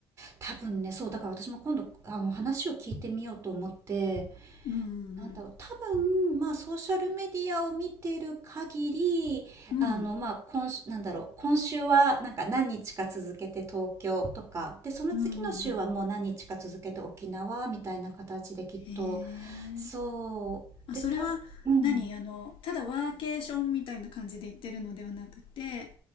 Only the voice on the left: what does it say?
うんうん
うんうん
うんうんうんへえ
あそれは何あのただワーケーションみたいな感じで行ってるのではなくて